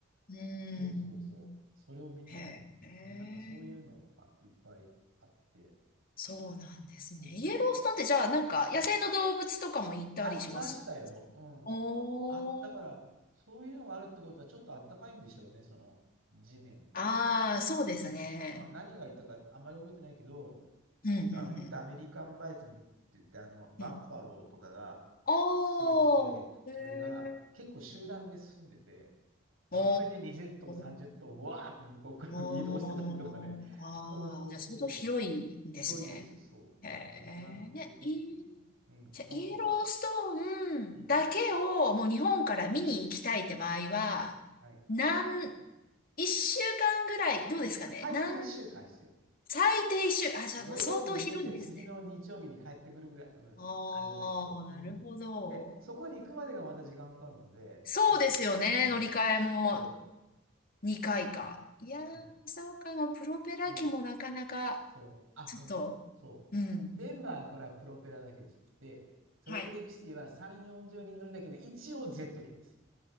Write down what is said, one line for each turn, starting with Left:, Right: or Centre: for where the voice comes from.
Left: うん。
Right: そうそうそう、それを見に、
Left: へえ。
Right: うんなんかそういうのがいっぱいあって、
Left: そうなんですね。
Right: そうです
Left: イエローストーンってじゃあなんか野生の動物とかもいたりします
Right: あ、いましたよ。うん。
Left: おー。
Right: あ、だから、そういうのがあるってことは、ちょっとあったかいんでしょうね、その地面っていうか。
Left: ああ、そうですね。
Right: うんあ、何がいたか、あんまり覚えてないけど、
Left: うん、うん、
Right: えっと、あの辺ってアメリカンバイソンって言って、あの、バッファローとかが
Left: うん。うん。おー。
Right: 住んでて、それが結構集団で住んでて、
Left: へえ。
Right: まとめて20頭、
Left: お
Right: 30頭、
Left: ー。
Right: うわーって向こうから移動してたりとかね。
Left: おー、ああ、
Right: そうそうそう。
Left: じゃあ相当広いんですね。
Right: ひどいです、そう。
Left: へえ、
Right: そうなの。
Left: ね、
Right: で、け、
Left: いい、
Right: うん、
Left: じゃあイエロースト
Right: なんか、
Left: ーンだけをもう日本から見に行きたいって場合は、
Right: うん。はい
Left: 何、一週間ぐらい、どうですかね。
Right: 最低1週間必要。
Left: 何、最低一週間、あ、じゃあもう相当広いんですね。
Right: 土曜日に出て、次の日曜日に帰ってくるぐらいの、
Left: ああ、
Right: あれじゃないと。うん。
Left: なるほど。
Right: で、そこに行くまでがまた時間かかるので、
Left: そうですよね、
Right: で、うん。
Left: 乗り換えも。
Right: そ
Left: 2回か。いやー、
Right: う。
Left: そうかも。プロペラ機もなかなか、
Right: で、そう。あ、
Left: ちょっと、
Right: ごめん。そう。
Left: うん。
Right: デンバーからプロペラだけです。で、ソルトレイクシティは3、
Left: はい。
Right: 40人乗りだけど、一応ジェット機です。